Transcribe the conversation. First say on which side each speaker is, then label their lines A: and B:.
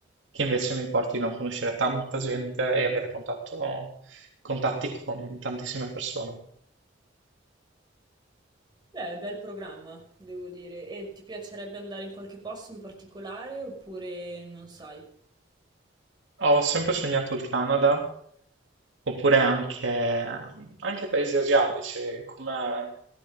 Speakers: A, on the right; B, on the right.
A: che invece mi portino a conoscere tanta gente e avere contatto- contatti con tantissime persone.
B: Beh, bel programma, devo dire. E ti piacerebbe andare in qualche posto in particolare oppure non sai?
A: Ho sempre sognato il Canada, oppure anche, anche paesi asiatici come